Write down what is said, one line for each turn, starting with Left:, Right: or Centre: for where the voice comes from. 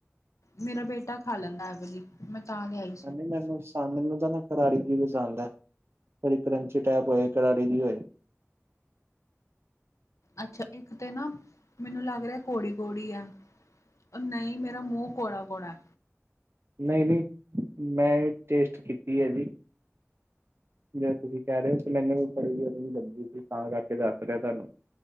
Left: ਮੇਰਾ ਬੇਟਾ ਖਾ ਲੈਂਦਾ ਹੈ, ਇਹ ਵਾਲੀ ਮੈਂ ਤਾਂ ਲ ਆਈ।
Right: ਨਹੀਂ ਨਹੀਂ ਮੈਨੂੰ। ਤਾਂ ਮੈਨੂੰ ਤਾਂ ਨਾ ਕਰਾੜੀ ਦੀ ਵੀ ਪਸੰਦ ਹੈ, ਜਿਹੜੀ ਕਰੰਚੀ ਟਾਈਪ ਹੋਏ ਕਰਾੜੀ ਦੀ ਹੋਏ।
Left: ਅੱਛਾ ਇੱਕ ਤੇ ਨਾ ਮੈਨੂੰ ਲੱਗ ਰਿਹਾ ਘੜੀ ਘੌੜੀ ਹੈ। ਨਹੀਂ ਮੇਰਾ ਮੂੰਹ ਕੋੌੜਾ ਕੋੌੜਾ।
Right: ਨਹੀਂ ਨਹੀਂ ਮੈਂ ਵੀ ਟੇਸਟ ਕੀਤੀ ਹੈ ਜੀ। ਜਿਹੜਾ ਤੁਸੀਂ ਕਹਿ ਰਹੇ ਹੋ ਮੈਨੂੰ ਬੜੀ ਵੀ ਜਲਦੀ ਲੱਗੀ ਸੀ ਤਾਂ, ਕਰਕੇ ਦੱਸ ਰਿਹਾ ਤੁਹਾਨੂੰ।